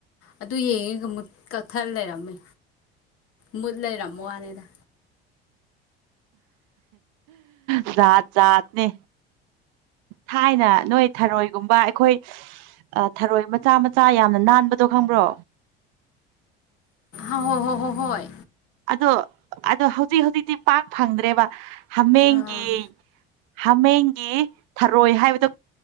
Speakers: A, on the left; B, on the right.
A: ꯑꯗꯨ ꯌꯦꯡꯉꯤꯒ ꯑꯃꯨ ꯀꯛꯊꯠ ꯂꯩꯔꯝꯃꯤ ꯃꯗ ꯂꯩ ꯔꯝꯃꯣꯅꯦꯗ
B: ꯠ ꯠꯅꯦ ꯊꯥꯏꯅ ꯅꯣꯏ ꯊꯔꯣꯏꯒꯨꯝꯕ ꯑꯩꯈꯣꯏ ꯊꯔꯣꯏ ꯃꯆꯥ ꯃꯆꯥ ꯌꯥꯝꯅ ꯅꯥꯟꯕꯗꯣ ꯈꯪꯕ꯭ꯔꯣ
A: ꯑ ꯍꯣꯏ ꯍ ꯍꯣ ꯍꯣꯏ
B: ꯑꯗꯣ ꯑꯗꯣ ꯍꯧꯖꯤꯛ ꯍꯧꯖꯤꯛꯇꯤ ꯄꯥꯛ ꯐꯪꯗ꯭ꯔꯦꯕ ꯍꯥꯃꯦꯡꯒꯤ
A: ꯑꯥ
B: ꯍꯥꯃꯦꯡꯒꯤ ꯊꯔꯣꯏ ꯍꯥꯏꯕꯗ